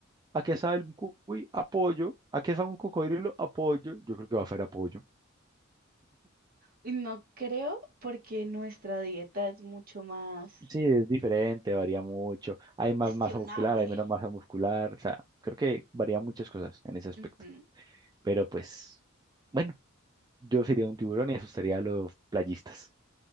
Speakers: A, on the right; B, on the right.
A: ¿A qué sabe el cuy? Apoyo. ¿A qué sabe un cocodrilo? Apoyo. Yo creo que va a ser apoyo.
B: Y No creo porque nuestra dieta es mucho más
A: Sí, es diferente, varía mucho. Hay más
B: cuestionable.
A: masa muscular, hay menos masa muscular. O sea, creo que varía muchas cosas en ese aspecto.
B: Ujú.
A: Pero pues... Bueno, Yo sería un tiburón y asustaría a los playistas.